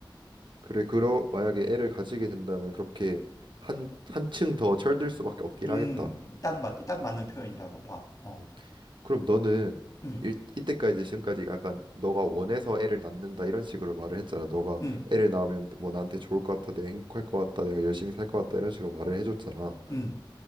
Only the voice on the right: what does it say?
그래, 그러 만약에 애를 가지게 된다면 그렇게 한 한층 더 철들 수밖에 없긴
하겠다.
음. 그럼 너는
일, 이때까지 지금까지 약간 너가 원해서 애를 낳는다 이런 식으로 말을 했잖아. 너가
애를 낳으면 뭐 나한테 좋을 것 같아, 내가 행복할 것 같다, 내가 열심히 살 것 같다 이런 식으로 말을 해줬잖아.